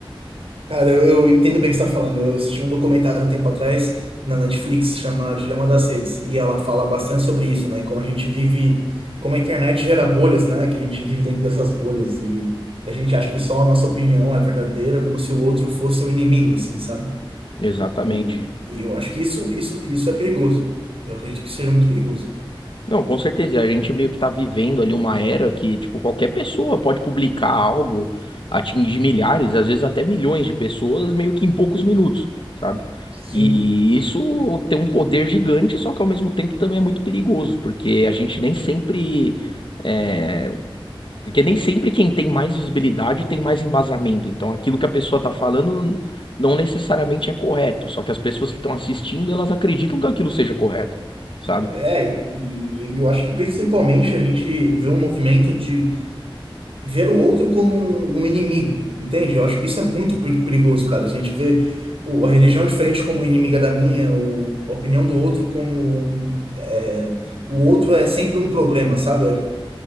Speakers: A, on the right; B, on the left.
A: Cara, eu, eu entendo bem o que você está falando. Eu assisti um documentário um tempo atrás na Netflix, chama Dilema das Redes, e ela fala bastante sobre isso, né? Como a gente vive, como a internet gera bolhas, né? Que a gente vive dentro dessas bolhas e a gente acha que só a nossa opinião é verdadeira, como se o outro fosse um inimigo, assim, sabe?
B: Exatamente.
A: E, e eu acho que isso, isso, isso é perigoso. Eu acredito que seja muito perigoso.
B: Não, com certeza. E A gente meio que tá vivendo ali uma era que, tipo, qualquer pessoa pode publicar algo, atingir milhares, às vezes até milhões de pessoas, meio que em poucos minutos, sabe?
A: Sim.
B: E isso tem um poder gigante, só que ao mesmo tempo também é muito perigoso, porque a gente nem sempre. é, Porque nem sempre quem tem mais visibilidade tem mais embasamento. Então, aquilo que a pessoa tá falando não necessariamente é correto, só que as pessoas que estão assistindo, elas acreditam que aquilo seja correto. sabe?
A: É, e, e eu acho que principalmente a gente vê um movimento de ver o outro como um, um inimigo, entende? Eu acho que isso é muito per- perigoso, cara. Se A gente vê o- a religião diferente como inimiga da minha, ou a opinião do outro como um- é, o outro é sempre um problema, sabe?